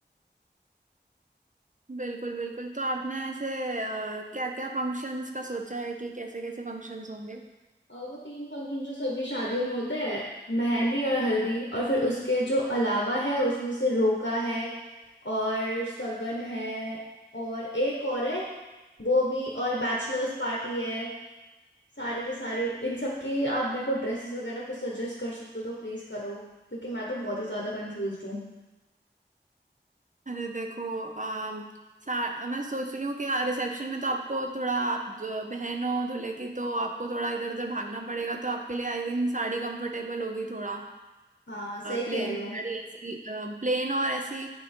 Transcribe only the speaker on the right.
बिल्कुल बिल्कुल तो आपने ऐसे क्या क्या फंक्शंस का सोचा है कि कैसे कैसे फंक्शंस होंगे
अरे देखो आ, सा, मैं सोच रही हूँ कि हाँ, रिसेप्शन में तो आपको थोड़ा आप द- बहन हो दूल्हे की तो आपको थोड़ा इधर उधर भागना पड़ेगा तो आपके लिए आई थिंक साड़ी कंफर्टेबल होगी थोड़ा
प्लेन
साड़ी ऐसी प्लेन और ऐसी